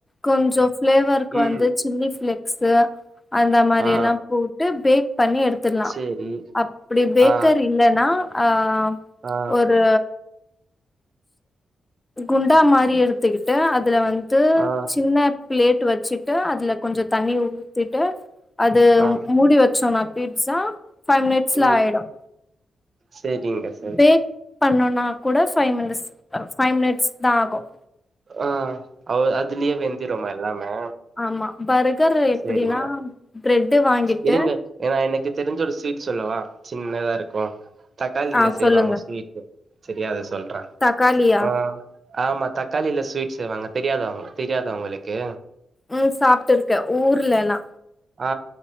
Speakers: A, on the left; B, on the right.
A: கொஞ்சோ ஃப்ளேவருக்கு
B: ம்
A: வந்து சில்லி ஃப்ளேக் ஸ்ஸு அந்த மாரி
B: ஆ
A: எல்லா போட்டு பேக் பண்ணி எடு எடுத்துர்லா‌
B: சேரி
A: அப்டி பேக்கர்
B: ஆ
A: இல்லன்னா ஆ
B: ஆ
A: ஒரு குண்டா மாரி எடுத்துக்கிட்டு அதுல வந்து
B: ஆ
A: சின்ன பிளேட் வச்சிட்டு அதுல கொஞ்சோ தண்ணி ஊத்திட்டு அது
B: ஆ
A: மூடி வச்சோம்னா பீட்ஸா ஃபைவ் மினிட்ஸ்ல
B: ம்
A: ஆயிடும்
B: சேரிங்க சரிங்க
A: பேக் பண்ணோனா கூட ஃபைவ் மினிட்ஸ் ஃபைவ் மினிட்ஸ் தா ஆகும்
B: ஆ அ அதுலயே வெந்திருமா எல்லாமே
A: ஆமா பர்கர் எப்டின்னா
B: சேரிங்க
A: பிரெட் வாங்கிட்டு
B: இருங்க ஏன்னா எனக்கு தெரிஞ்ச ஒரு ஸ்வீட் சொல்லவா சின்னதா இருக்கும் தக்காளில
A: ஆ
B: செய்வாங்க
A: சொல்லுங்க
B: ஸ்வீட் சரியா அது சொல்றன்
A: தக்காளியா
B: ஆ ஆமா தக்காளில ஸ்வீட்ஸ் செய்வாங்க தெரியாதா உங் தெரியாதா உங்களுக்கு
A: ம் சாப்பிட்டுருக்கேன் ஊர்லல்லா
B: ஆ